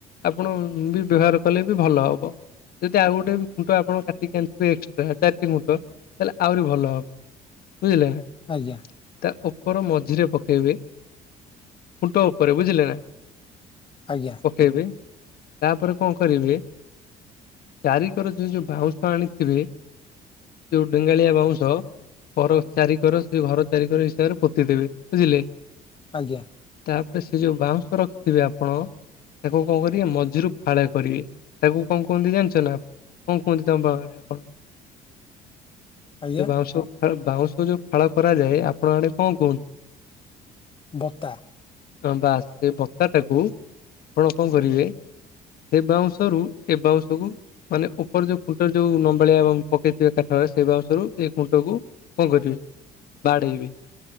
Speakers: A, on the left (about 65°); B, on the left (about 30°).
A: ଆପଣ ବି ବ୍ୟବହାର କଲେ ବି ଭଲ ହବ। ଯଦି ଆଉ ଗୋଟେ ବି ଖୁଣ୍ଟ ଆପଣ କାଟିକି ଆଣିଥିବେ ଏକ୍ସଟ୍ରା ଚାରିଟି ଖୁଣ୍ଟ ତାହେଲେ ଆହୁରି ଭଲ ହବ। ବୁଝିଲେ ନା?
B: ଆଜ୍ଞା।
A: ତା ଉପର ମଝିରେ ପକେଇବେ ଖୁଣ୍ଟ ଉପରେ ବୁଝିଲେ ନା?
B: ଆଜ୍ଞା।
A: ପକେଇବେ ତାପରେ କଣ କରିବେ ଚାରିିକର ଯୋ ଯୋଉ ବାଉଁଶ ଆଣିଥିବେ ଯୋଉ ଡେଙ୍ଗାଳିଆ ବାଉଁଶ କର ଚାରିିକର ସେ ଘର ଚାରିିକର ହିସାବରେ ପୋତିଦବେ ବୁଝିଲେ?
B: ଆଜ୍ଞା।
A: ତାପରେ ସେ ଯୋଉ ବାଉଁଶ ରଖିଥିବେ ଆପଣ ତାକୁ କଣ କରିବେ ମଝିରୁ ଫାଳ କରିବେ ତାକୁ କଣ କୁହନ୍ତି ଜାଣିଛ ନା ଆପଣ କଣ କୁହନ୍ତି ତମ ପାହାରେ ଆପଣ
B: ଆଜ୍ଞା
A: ଯଉ ବାଉଁଶ ବାଉଁଶ ଯୋଉ ଫାଳ କରାଯାଏ ଆପଣ ଆଣେ କଣ କୁହନ୍ତୁ
B: ବତା।
A: ହଁ ବା ସେ ବତ୍ତା ଟାକୁ ଆପଣ କଣ କରିବେ ସେ ବାଉଁଶରୁ ଏ ବାଉଁଶକୁୁ ମାନେ ଉପର ଯୋଉ ଖୁଣ୍ଟ ଯୋଉ ନମ୍ବାଳିଆ ପକେଇଥିବେ କାଠରେ ସେଇସରୁ ଏଇ ଖୁଣ୍ଟ କକୁ କଣ କରିବେ ବାଡେଇ ବେ